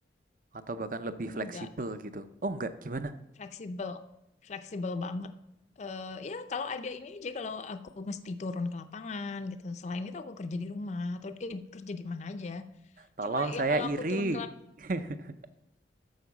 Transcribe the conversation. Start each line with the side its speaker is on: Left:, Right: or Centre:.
Right: Atau bahkan lebih
Left: Enggak.
Right: fleksibel gitu? Oh enggak, gimana?
Left: fleksibel fleksibel banget Eh ya kalau ada ini aja kalau aku mesti turun ke lapangan gitu selain itu aku kerja di rumah atau eh, kerja di mana aja
Right: Tolong
Left: cuma
Right: saya
Left: ya kalau
Right: iri.
Left: aku turun ke lapangan
Right: <laughs>